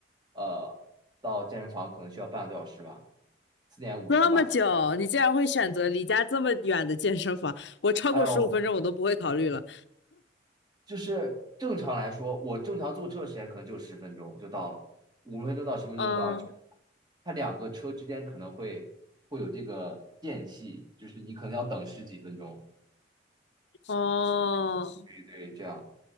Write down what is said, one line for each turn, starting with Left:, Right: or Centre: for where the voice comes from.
Right: 呃到健身房可能需要半个多小时吧，四点五十吧才。
Left: 这么久，你竟然会选择离家这么远的健身房？我超过十五分钟我都不会考虑了。
Right: 哎呦，就是正常来说，我正常坐车的时间可能就十分钟就到了，五分钟到十分钟就到了。
Left: 嗯，
Right: 它两个车之间可能会会有这个间隙，就是你可能要等十几分钟。
Left: 哦，
Right: 对，这样。